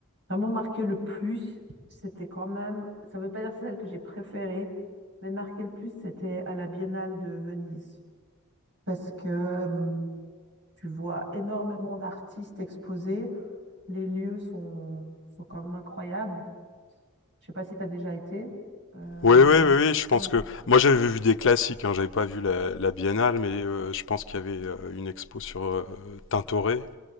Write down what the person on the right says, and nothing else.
vraiment marqué le plus, c'était quand même, ça veut pas dire que c'est celle que j'ai préférée, mais marqué le plus, c'était à la Biennale de Venise. Parce que euh, tu vois énormément d'artistes exposés, les lieux sont, sont quand même incroyables. Je sais pas si tu as déjà été. Euh,
Ouais.